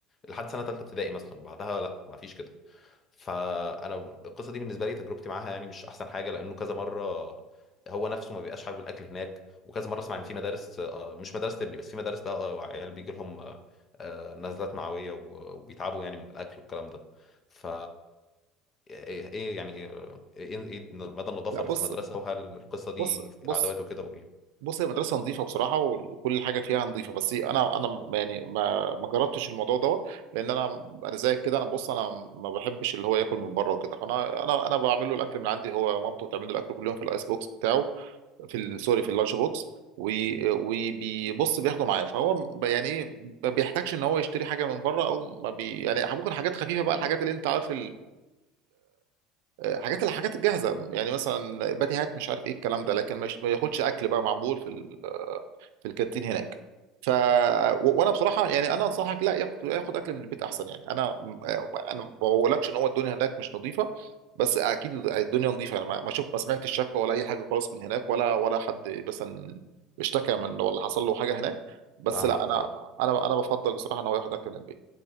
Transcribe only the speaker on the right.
لا
بص
بص بص
بص هي مدرسة نظيفة بصراحة وكل حاجة فيها نظيفة بس أنا أنا م- يعني ما ما جربتش الموضوع دوت لأن أنا أنا زيك كده أنا بص أنا ما بحبش اللي هو ياكل من بره وكده فأنا أنا أنا بعمل له الأكل من عندي هو ومامته بتعمل له الأكل كل يوم في الأيس بوكس بتاعه في ال- سوري في اللانش بوكس وي- وبيبص بياخده معاه فهو ب- يعني إيه ما بيحتاجش إن هو يشتري حاجة من بره أو ما بي يعني ممكن حاجات خفيفة بقى الحاجات اللي أنت عارف حاجات الحاجات الجاهزه يعني مثلا باتيهات مش عارف ايه الكلام ده لكن مش ما ياخدش اكل بقى معمول في ال- في الكانتين هناك ف و- وانا بصراحه يعني انا انصحك لا ياخد ياخد اكل من البيت احسن يعني انا انا ما بقولكش ان هو الدنيا هناك مش نظيفه بس اكيد الدنيا نظيفه انا ما ما شوف ما سمعتش شكوى ولا اي حاجه خالص من هناك ولا ولا حد مثلا اشتكى من ولا حصل له حاجه هناك بس
لا انا
انا انا بفضل بصراحه ان هو ياخد اكل من البيت